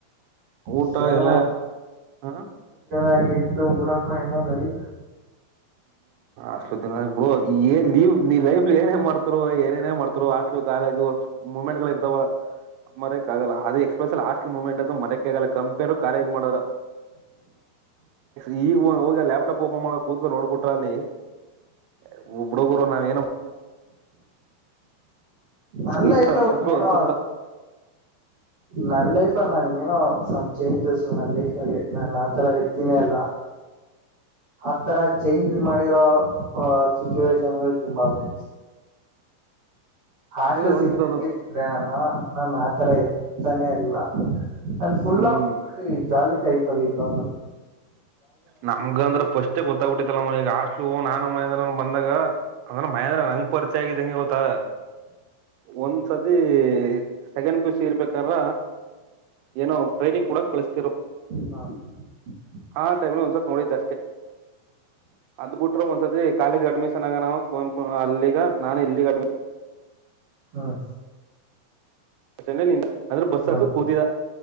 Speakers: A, on the right (about 85°); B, on the right (about 70°).
A: ಊಟ
B: ಜ್ವರ
A: ಎಲ್ಲ ಹ
B: ಆಯ್ತು ಬಿಡಪ್ಪ ಹೆಂಗೋ ನೆಡಿತು
A: <unintelligible> ಲೈಫಲ್ಲಿ ಏನೇ ಮಾಡ್ತಾ ರುವ ಏನೇನೀ ಮಾಡುತ್ತಿರುವ ಬ್ರೋ ಹಾಸ್ ಲೂಟ ಆಗದು <unintelligible> ಬ್ರೋ ಮರ್ಯಕೆ ಆಗಲ್ಲ ಅದು ಎಸ್ಪೆಸ್ಸಲ್ಲಿ ಹಾಸ್ ಮೊಮೆಂಟ್ ಅಂತೂ ಮರೆಯಕ್ಕೆ ಆಗಲ್ಲ <unintelligible> <unintelligible> <inaudible> ಲ್ಯಾಪ್ಟಾಪ್ ಓಪನ್ ಕೂತ್ಕ ನೋಡ್ಬಿಟ್ರ ಅಲ್ಲಿ <inaudible> ಬಿಡುಗುರು ನಾವೇನ್
B: ನನ್ನ ಲೈಫ್
A: ಇಷ್ಟ ಅನ್ಸುದ್ರು
B: ಅಲ್ಲಿ ಏನೋ
A: ಅನ್ಸುತ್ತ
B: ನನ್ ಲೈಫ್ ಅಲ್ಲಿ ನಾನೇನು ಸಂ ಚೇಂಜಸ್ ನನ್ ಲೈಫಲ್ಲಿ ನಾನು ಆತರ ವ್ಯಕ್ತಿನೇ ಅಲ್ಲ ಆತರ ಚೇಂಜ್
A: ಹ್ಮ್
B: ಮಾಡಿರೋ ಹೂ ಸಿಚುವೇಶನ್ ಗಳು ತುಂಬಾ ಅವೆ ಹಾಸ್ಟೆಲ್
A: ಅದೇ ಹೇಳ್ತಿರೋದು
B: ಸಿಕ್ಕಿದ್ರೆ ನಾನು ನಾನು ಆತರ ಇರುತಾನೆ ಇರ್ಲಿಲ್ಲ ನಾನು ಫುಲ್
A: ಹ್ಮ್
B: <inaudible> ಜಾಲಿ ಟೈಪ್ಅಲ್ಲಿದ್ದೋನಾನು
A: ನಮಗಂದ್ರೆ ಅಷ್ಟೇ ಗೊತ್ತಾಗಿಬಿಟ್ಟಿತ್ತು <inaudible> ಹಾಸ್ಟೆಲ್ ನಾನು ಮಹೇಂದ್ರನು ಬಂದಾಗ ಅಂದ್ರ ಮಹೇಂದ್ರ ನಂಗೆ ಪರಿಚಯ ಆಗಿದ್ದಂಗೆ ಗೊತ್ತಾ ಒಂದ್ ಸತಿ ಸೆಕೆಂಡ್ ಪಿಯುಸಿ ಇರಬೇಕಾದರಾ ಏನೋ ಟ್ರೈನಿಂಗ್ ಕೊಡುಗೆ ಕಳಿಸ್ತಿದ್ರು
B: ಹಾ <inaudible>
A: <unintelligible> ನೋಡಿದ್ ಅಸ್ಟೆ ಅಧು ಬಿಟ್ರೆ ಅಧೇ ಕಾಲೇಜು ಪ್ರವೇಶ ಆಗಾನ ಅಂತ ನಾನ್ ಈಗ
B: ಆಹ್
A: <unintelligible> ಬಸ್
B: ಹ್ಮ್
A: ಅಥೋಸ್ಟ್ರಾಲ್ಲಿ ಕುತ್ತಿದ